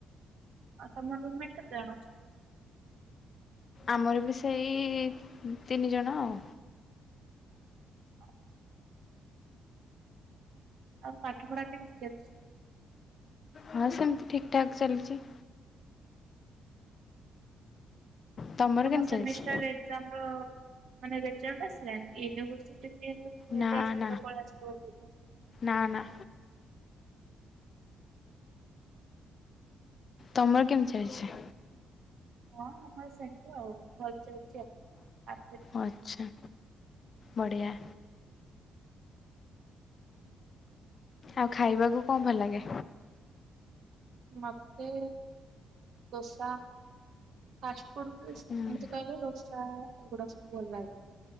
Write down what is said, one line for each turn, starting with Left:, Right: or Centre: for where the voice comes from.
Right: ଆଉ ତମର ରୁମ୍ମେଟ କେତେ ଜଣ ଅଛନ୍ତି?
Left: ଆମର ବି ସେଇ ତିନି ଜଣ ଆଉ।
Right: <unintelligible> ଆଉ ପାଠ ପଢା କେମିତି ଚାଲିଛି?
Left: ହଁ ସେମିତି ଠିକ୍ ଠାକ୍ ଚାଲିଚି। ତମର
Right: ଆଉ ତମ
Left: କେମିତି
Right: ସେମିଷ୍ଟାର
Left: ଚାଲିଛି?
Right: ଏକ୍ସାମ ର ମାନେ ରେଜଲ୍ଟ ଆସିଲାନି ୟୁନିଭରସିଟି ଜ
Left: ନା
Right: ସୁଧା
Left: ନା
Right: ପଳା <unintelligible>
Left: ନା ନା। ତମର କେମିତି ଚାଲିଚି?
Right: ହଁ ଆମର ସେମିତି ଆଉ ଭଲ ଚାଲିଚି ଆଉ ଆ
Left: ଆଚ୍ଛା ବଢ଼ିଆ। ଆଉ ଖାଇବାକୁ କଣ ଭଲ ଲାଗେ?
Right: ମୋତେ- ଦୋସା। ଫାଷ୍ଟଫୁଡ ବି ଏମିତି
Left: ହୁଁ।
Right: କହିଲେ ରୋଷାଏଗୁଡା ସବୁ ଭଲ ଲାଗେ।